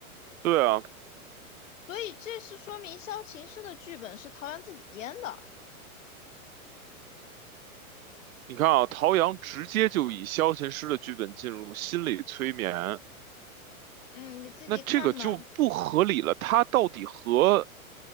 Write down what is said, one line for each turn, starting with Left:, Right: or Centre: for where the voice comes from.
Right: 对啊，
Left: 所以这是说明萧琴师的剧本是陶阳自己编的。
Right: 你看啊，陶阳直接就以萧琴师的剧本进入心理催眠。
Left: 嗯，你自己看嘛。
Right: 那这个就不合理了。他到底和